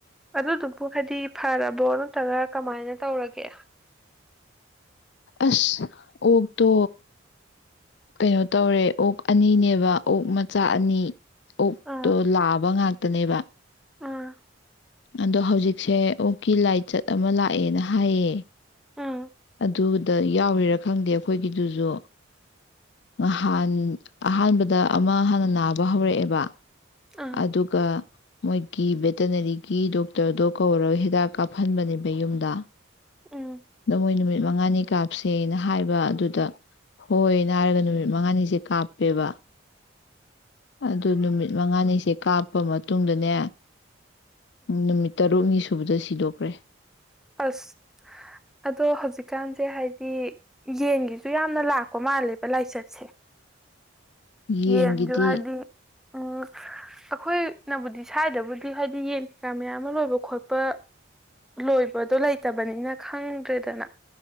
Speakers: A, in the centre; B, on the left.
A: ꯑꯗꯨꯗꯨ ꯕꯨ ꯍꯥꯏꯗꯤ ꯐꯔꯕꯣ ꯅꯠꯇ꯭ꯔꯒ ꯀꯃꯥꯏꯅ ꯇꯧꯔꯒꯦ
B: ꯑꯁ ꯑꯣꯛꯇꯣ ꯀꯩꯅꯣ ꯇꯧꯔꯦ ꯑꯣꯛ ꯑꯅꯤꯅꯦꯕ ꯑꯣꯛ ꯃꯆꯥ ꯑꯅꯤ ꯑꯣꯛꯇꯣ
A: ꯑꯥ
B: ꯂꯥꯕ ꯉꯥꯛꯇꯅꯦꯕ
A: ꯑꯥ
B: ꯑꯗꯣ ꯍꯧꯖꯤꯛꯁꯦ ꯑꯣꯀꯤ ꯂꯥꯏꯆꯠ ꯑꯃ ꯂꯥꯛꯑꯦꯅ ꯍꯥꯏꯌꯦ
A: ꯎꯝ
B: ꯑꯗꯨꯗ ꯌꯥꯎꯔꯤꯔꯥ ꯈꯪꯗꯦ ꯑꯩꯈꯣꯏꯒꯤꯗꯨꯁꯨ ꯅꯍꯥꯟ ꯑꯍꯥꯟꯕꯗ ꯑꯃ ꯍꯥꯟꯅ ꯅꯥꯕ ꯍꯧꯔꯛꯑꯦꯕ
A: ꯑꯥ
B: ꯑꯗꯨꯒ ꯃꯣꯏꯒꯤ ꯚꯦꯇꯅꯔꯤꯒꯤ ꯗꯣꯛꯇꯔꯗꯣ ꯀꯧꯔꯒ ꯍꯤꯗꯥꯛ ꯀꯥꯞꯍꯟꯕꯅꯦꯕ ꯌꯨꯝꯗ
A: ꯎꯝ
B: ꯑꯗꯣ ꯃꯣꯏ ꯅꯨꯃꯤꯠ ꯃꯉꯥꯅꯤ ꯀꯥꯞꯁꯦꯅ ꯍꯥꯏꯕ ꯑꯗꯨꯗ ꯍꯣꯏꯅ ꯍꯥꯏꯔꯒ ꯅꯨꯃꯤꯠ ꯃꯉꯥꯅꯤꯁꯦ ꯀꯥꯞꯄꯦꯕ ꯑꯗꯨ ꯅꯨꯃꯤꯠ ꯃꯉꯥꯅꯤ ꯁꯦ ꯀꯥꯞꯄ ꯃꯇꯨꯡꯗꯅꯦ ꯅꯨꯃꯤꯠ ꯇꯔꯨꯛꯅꯤ ꯁꯨꯕꯗ ꯁꯤꯗꯣꯛꯈ꯭ꯔꯦ
A: ꯑꯁ ꯑꯗꯣ ꯍꯧꯖꯤꯛꯀꯥꯟꯁꯦ ꯍꯥꯏꯗꯤ ꯌꯦꯟꯒꯤꯁꯨ ꯌꯥꯝꯅ ꯂꯥꯛꯄ ꯃꯥꯜꯂꯦꯕ ꯂꯥꯏꯆꯠꯁꯦ
B: ꯌꯦꯟꯒꯤꯗꯤ
A: ꯌꯦꯟꯁꯨ ꯍꯥꯏꯗꯤ ꯎꯝ ꯑꯩꯈꯣꯏꯅꯕꯨꯗꯤ ꯁꯥꯏꯗꯕꯨꯗꯤ ꯍꯥꯏꯗꯤ ꯌꯦꯟ ꯀꯩꯀꯥ ꯃꯌꯥꯝ ꯑꯃ ꯂꯣꯏꯕ ꯈꯣꯠꯄ ꯂꯣꯏꯕꯗꯣ ꯂꯩꯇꯕꯅꯤꯅ ꯈꯪꯗ꯭ꯔꯦꯗꯅ